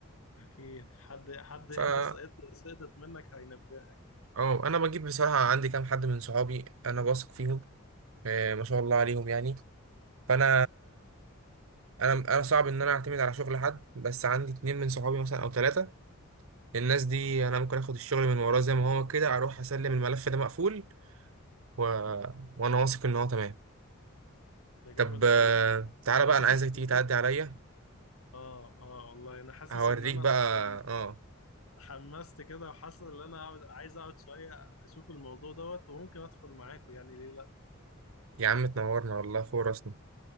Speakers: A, on the left; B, on the right.
A: أكيد حد حد أنت
B: فا
A: سقطت سقطت منك هينبهك
B: أه أنا بجيب بصراحة عندي كام حد من صحابي أنا واثق فيهم آه، ما شاء الله عليهم يعني فأنا أنا أنا صعب إن أنا أعتمد على شغل حد بس عندي اتنين من صحابي مثلا أو تلاتة الناس دي انا ممكن اخد الشغل من وراه زي ما هو كده اروح اسلم الملف ده مقفول و... وانا واثق ان هو تمام
A: ده
B: طب
A: جامد
B: آه،
A: قوي
B: تعالى بقى
A: حاسس
B: انا عايزك تيجي
A: إن-
B: تعدي عليا
A: آه آه والله أنا حاسس
B: هوريك
A: إن أنا
B: بقى
A: أصلا
B: اه
A: حمست كده وحاسس إن أنا عاوز- عايز أقعد شوية أشوف الموضوع دوت وممكن أدخل معاكم يعني ليه لأ
B: يا عم تنورنا والله فوق راسنا